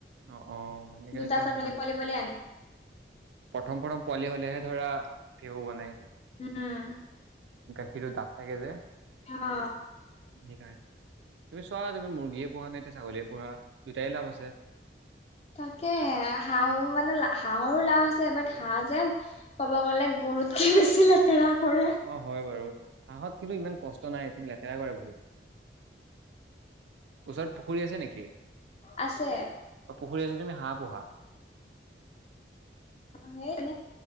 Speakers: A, on the right (about 85°); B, on the left (about 35°).
A: অ অ এনেকে
B: দুটা
A: এতিয়া
B: ছাগলী
A: সময়
B: পোৱালি পালি আনিম।
A: প্ৰথম প্ৰথম পোৱালি হলেহে ধৰা ভেউ বনাই।
B: উম।
A: ক্ষীৰৰ দাঁত থাকে যে।
B: আহ।
A: সেইকাৰণে তুমি চোৱা তুমি মুৰ্গীয়ে পহা নে এতিয়া ছাগলীয়ে পহা দুটাই লাভ আছে।
B: তাকে হাঁহ মানে হাঁহৰো লাভ আছে বাট হাঁহ যে ক'ব গ'লে। গৰুতকে বেছি লেতেৰা। কৰে
A: অ হয় বাৰু। হাঁহত কিন্তু ইমান কষ্ট নাই এদিন লেতেৰা কৰে বহুত। ওচৰত পুখুৰী আছে নেকি
B: আছে
A: পুখুৰী আছে তুমি হাঁহ পোহা।
B: সেই নাই